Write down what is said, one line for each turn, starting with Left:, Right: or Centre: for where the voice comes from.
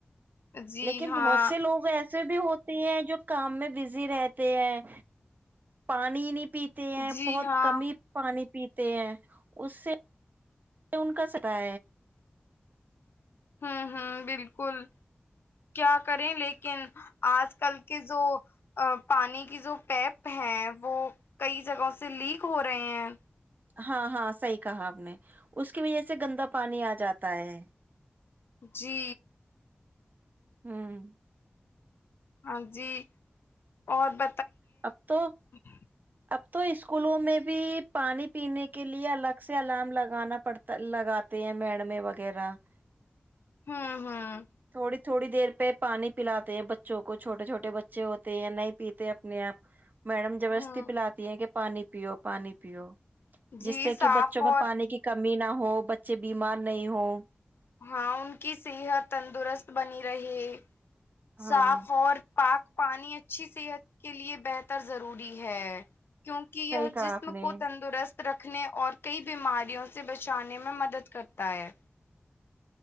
Left: جی
Right: لیکن
Left: ہاں
Right: بہت سے لوگ ایسے بھی ہوتے ہیں جو کام میں بزی رہتے ہیں پانی نہیں پیتے ہیں
Left: جی
Right: بہت
Left: ہاں
Right: کم ہی پانی پیتے تے ہیں اس <unintelligible> سے ان کا سرا
Left: ہوں ہوں بالکل کیا کریں لیکن آج کل کے جو پانی کی جو پیپ ہیں وہ کئی جگہوں سے لیک ہو رہے ہیں
Right: ہاں ہاں صحیح کہا آپ نے اس کی وجہ سے گندا پانی آ جاتا ہے
Left: جی
Right: ہوں
Left: ہاں جی اور ب
Right: اب تو
Left: <unintelligible>
Right: اب تو اسکولوں میں بھی پانی پینے کے لیے الگ سے الارم لگانا پڑتا لگاتے ہیں میڈمیں وغیرہ <unintelligible>
Left: ہاں ہاں
Right: تھوڑی تھوڑی دیر پہ پانی پلاتے ہیں بچوں کو چھوٹے چھوٹے بچے ہوتے ہیں نہیں پیتے نیاپ <unintelligible> میڈم جبرستی
Left: ہوں
Right: پلاتی ہے کہ پانی پیو پانی پیو
Left: جی
Right: جس سے
Left: صاف
Right: کہ بچوں میں
Left: اور
Right: پانی کی کمی نہ ہو بچے بیمار نہیں ہو
Left: ہاں ان کی صحت تندرست بنی رہی
Right: ہاں
Left: صاف اور پاک پانی اچھی صحت کے لیے بہتر ضروری ہے کیونکہ
Right: صحیح
Left: یہ
Right: کہا
Left: جسم
Right: آپ نے
Left: کو تندرست رکھنے اور کئی بیماریوں سے بچانے میں مدد کرتا ہے